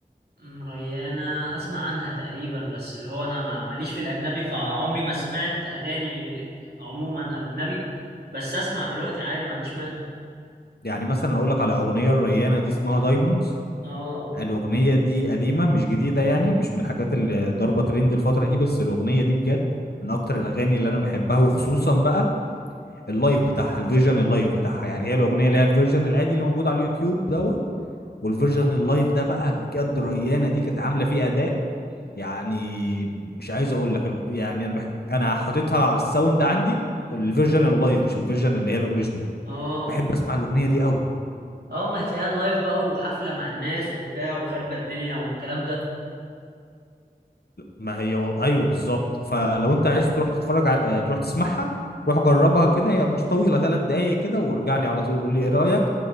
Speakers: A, on the right; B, on the left.
A: أم، ريانة أسمع عنها تقريبا بس اللي هو أنا ما ماليش في الأجنبي فعمري ما سمعت أغاني عموما أجنبي بس أسمع دلوقتي عادي ما عنديش مانع
B: يعني مثلا اقول لك على اغنية الريانة دي اسمها دايموندز
A: آه
B: الاغنية دي قديمة مش جديدة يعني مش من الحاجات اللي ضربة ترند الفترة دي بس الاغنية دي بجد من اكتر الاغاني اللي انا بحبها وخصوصا بقى اللايف بتاعها الفيرجن اللايف بتاعها يعني هي الاغنية اللي هي الفيرجن العادي اللي موجود على اليوتيوب دوت والفيرجن اللايف ده بقى بجد ريانة دي كانت عاملة فيه اداء يعني مش عايز اقول لك ال- يعني انا بح... انا حاططها على الساوند عندي الفيرجن اللايف مش الفيرجن اللي هي الاوريجينال
A: آه
B: بحب اسمع الاغنيه دي قوي
A: آه ما هتلاقيها اللايف بقى وحفلة مع الناس وبتاع وخربة الدنيا والكلام ده
B: ما هي و... ايوه بالظبط فلو انت عايز تروح تتفرج على... آه، تروح تسمعها روح جربها كده هي مش طويله ثلاث دقايق كده وارجع لي على طول قول لي ايه رايك